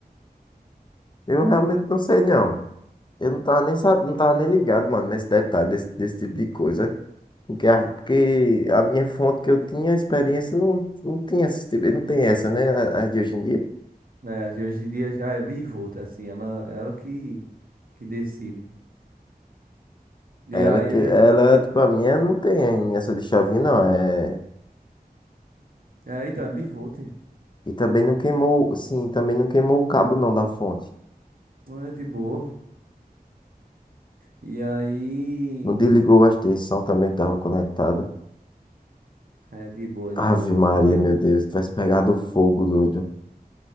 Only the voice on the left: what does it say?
eu realmente não sei não. Eu não tava nem, sa- não tava nem ligado, mano, nesse detalhe, desse, desse tipo de coisa. Porque a, porque a minha fonte que eu tinha, a experiência, não, não tinha esse tipo, não tem essa, né? A, a de hoje em dia.
Ela
que
ela,
tipo, a minha não tem essa de chavinha, não. É
E também não queimou, sim, também não queimou o cabo não da fonte.
Não desligou a extensão também que estava conectada.
Ave
Maria,
meu
Deus, tivesse pegado fogo, doido.